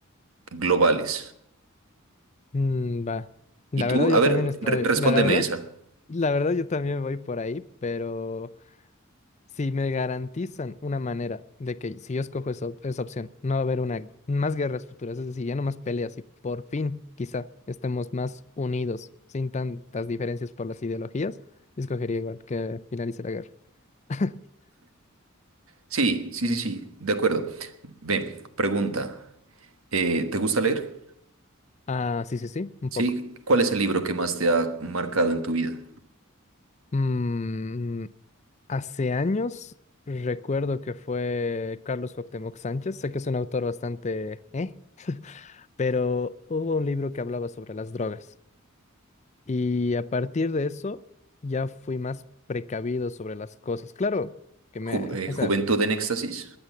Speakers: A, on the right; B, on the left.
A: globales.
B: Mm, va. La
A: Y tú,
B: verdad yo
A: a ver,
B: también estoy,
A: re- respóndeme
B: la, la verdad,
A: esa.
B: la verdad yo también voy por ahí, pero si me garantizan una manera de que si yo escojo esa, op- esa opción, no va a haber una más guerras futuras, es decir, ya no más peleas y por fin quizá estemos más unidos, sin tantas diferencias por las ideologías, escogería igual que finalice la guerra. <laughs>
A: Sí, sí,
B: Mm.
A: sí, sí, de acuerdo. Ven, pregunta. eh, ¿te gusta leer?
B: Ah, sí, sí, sí, un
A: Sí.
B: poco.
A: ¿Cuál es el libro que más te ha marcado en tu vida?
B: Mm, Hace años recuerdo que fue Carlos Cuauhtémoc Sánchez, sé que es un autor bastante, ¿eh? Pero hubo un libro que hablaba sobre las drogas y a partir de eso ya fui más precavido sobre las cosas. Claro que me,
A: Ju- eh,
B: o sea,
A: ¿Juventud en éxtasis?